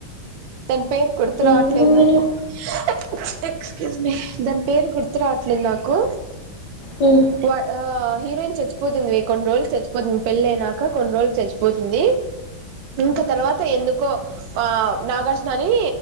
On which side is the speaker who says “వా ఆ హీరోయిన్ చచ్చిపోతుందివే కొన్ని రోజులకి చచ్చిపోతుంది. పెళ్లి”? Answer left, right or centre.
Right